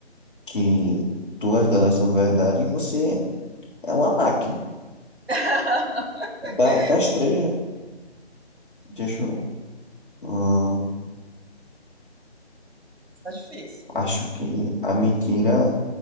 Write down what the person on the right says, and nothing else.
<laughs>
Sim,
tá difícil.